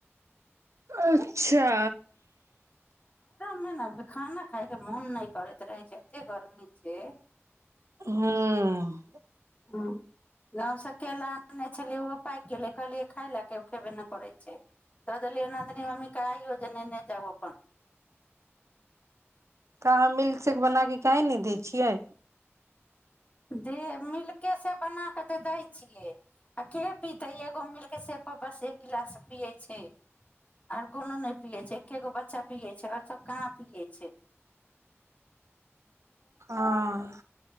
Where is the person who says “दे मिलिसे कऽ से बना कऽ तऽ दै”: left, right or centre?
Left